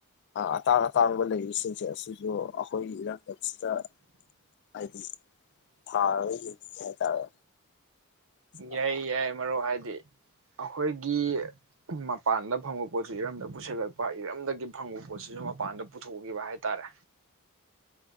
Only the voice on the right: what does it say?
ꯌꯥꯏ ꯌꯥꯏ ꯃꯔꯨꯞ ꯍꯥꯏꯗꯤ ꯑꯩꯈꯣꯏꯒꯤ ꯃꯄꯥꯟꯗ ꯐꯪꯕ ꯄꯣꯠꯁꯤ ꯏꯔꯝꯗ ꯄꯨꯁꯤꯜꯂꯛꯄ ꯏꯔꯝꯗꯒꯤ ꯐꯪꯕ ꯄꯣꯠꯁꯤꯁꯨ ꯃꯄꯥꯟꯗ ꯄꯨꯊꯣꯛꯈꯤꯕ ꯍꯥꯏꯇꯥꯔꯦ